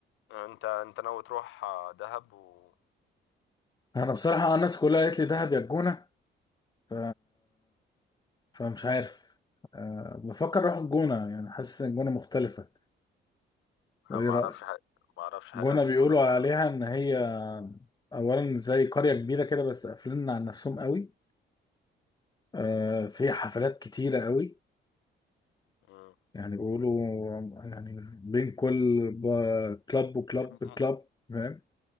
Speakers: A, on the left (about 80°); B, on the left (about 20°).
A: انت انت ناوي تروح آه، دهب و
B: انا بصراحه الناس كلها قالت لي دهب يا الجونه ف... فمش عارف أه بفكر اروح الجونه يعني حاسس ان الجونه مختلفه وايه
A: أنا ما
B: رايك
A: اعرفش حاجه ما اعرفش حاجه
B: الجونه
A: عن الجونه
B: بيقولوا
A: بصراحه
B: عليها ان هي اولا زي قريه كبيره كده بس قافلين على نفسهم قوي آه، في حفلات كتيرة قوي
A: مم.
B: يعني بيقولوا يعني بين كل ب- كلاب وكلاب
A: م-
B: كلاب فاهم